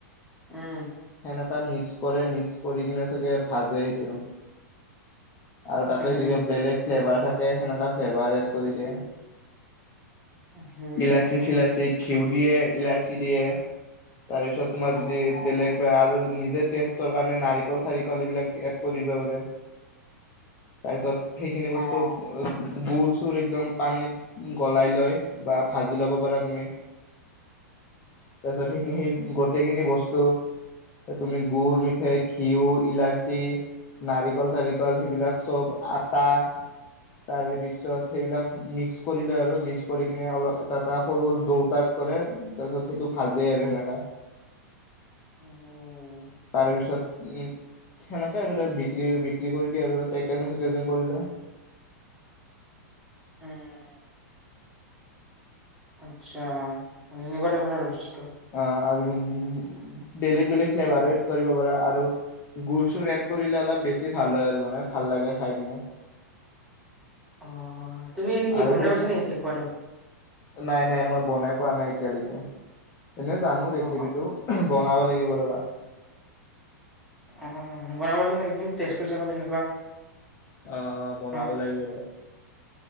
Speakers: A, in the centre; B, on the left.
A: উম,
B: এনে মিক্স কৰে, মিক্স কৰি কিনে চাগে ভাজে সেইটো আৰু তাতে,
A: উম,
B: যদি বেলেগ ফ্লেভাৰ থাকে সেনেকুৱা ফ্লেভাৰ এড কৰি দিয়ে।
A: উম,
B: ইলাচি, চিলাচি, ঘিউ দিয়ে ইলাচি দিয়ে। তাৰ পিছত তোমাৰ
A: উম অ'।
B: যদি, বেলেগ বা আৰু নিজে ষ্ট কাৰণে, নাৰিকল চাৰিকল এইবিলাক এড কৰি দিবা পাৰে তাৰ পিছত, সেইখিনি বস্তু গুৰ চুৰ একদম পানীত গলাই লৈ বা ভাজি ল'ব পাৰা তুমি তাৰপিছত, সেইখিনি সেই গোটেইখিনি বস্তু তুমি গুড় মি ঘিউ, ইলাচি, নাৰিকল, চাৰিকল সেইবিলাক চব আটা, তাৰে পিছত সেইবিলাক মিক্স কৰিলে, আৰু মিক্স কৰি কিনে অলপ এটা এটা সৰু সৰু দৌ টাইপ কৰে তাৰপিছত সেইটো ভাজে আৰু সেনেককা
A: উম,
B: তাৰ পিছত, উ, সেনেকে আৰু ত বিক্ৰী বিক্ৰী কৰি দিয়ে, আৰু পেকেজিং চেকেজিং কৰিলে
A: উম, আচ্ছা, মানে এনেকট পৰা আৰু বস্তুটো
B: অ', আৰু বেলেগ বেলেগ ফ্লেভাৰ কৰিব পাৰা আৰু গুৰ়, চুৰ এড কৰিলে অলপ বেছি ভাল হয় আৰু মানে ভাল লাগে খাই কিনে।
A: অ' তুমি নেকিনাইছ
B: আৰু এইটো
A: নেকি কি কোৱাটো?
B: নাই, নাই, মই, বনাই পোৱা নাই, এতিয়ালৈকে এনেই জানো
A: অ'
B: ৰেচিপিটো
A: অ'
B: বনাব লাগিব ৰ'বা
A: অ', বনাবচোন একদিন, <unintelligible> চাবা কেনেকুৱা
B: অ', বনাব
A: আমাক
B: লাগিব